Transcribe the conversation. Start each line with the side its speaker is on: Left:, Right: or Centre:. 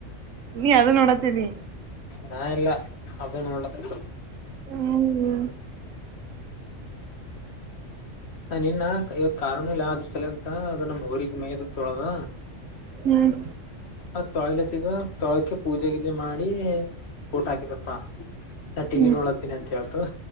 Right: ನೀ ಅದ ನೋಡತೀನಿ
Left: ನಾ ಎಲ್ಲ ಅದ ನೋಲಕ್ಕ ಹ
Right: ಹ್ಮ್
Left: ಹ ನಿನ್ನ ಇವತ್ ಕಾರಣೂ ಇಲ್ಲ ಆದ್ರ ಸಲಯಕ ಅದು ನಮ್ಮ್ ಊರಿಗೆ ಮೈದ ತೊಳದ
Right: ಹ್ಮ್
Left: ಅ ತೊಳಲತಿದ ತೊಳಕೆ ಪೂಜೆ ಗೀಜೆ ಮಾಡಿ ೋಟ ಹಾಕಿದಪ್ಪ ನಾ ಟಿ
Right: ಹ್ಮ್
Left: ನೋಡಾಕ್ತೀನಿ ಅಂತ ಹ